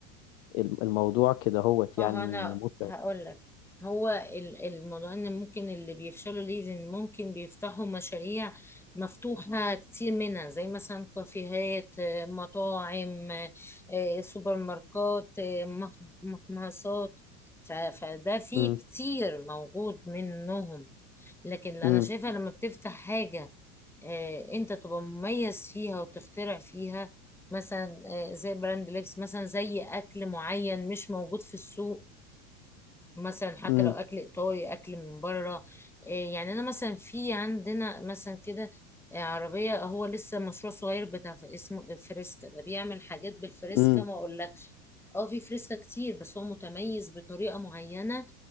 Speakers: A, on the left; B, in the centre.
A: الم- الموضوع كده هوت
B: اه
A: يعني
B: انا
A: متعب
B: هقول لك هو ال- الموضوع ان ممكن اللي بيفشلوا ليه ان ممكن بيفتحوا مشاريع مفتوحة كتير منها زي مثلا كافيهات آه، مطاعم آه، سوبر ماركات آه، مح- محمصات ف- فده فيه
A: امم
B: كتير موجود منهم لكن اللي
A: امم
B: انا شايفة لما بتفتح حاجة آه، انت تبقى مميز فيها وتخترع فيها مثلا آه، زي براند لبس مثلا زي اكل معين مش موجود في السوق مثلا حتى
A: امم
B: لو اكل ايطالي اكل من بره إيه يعني انا مثلا في عندنا مثلا كده آه، عربيه هو لسه مشروع صغير بتاع ف- اسمه فريسكا ده بيعمل حاجات بالفريسكا
A: امم
B: ما اقولكش اه في فريسكا كتير بس هو متميز بطريقه معينه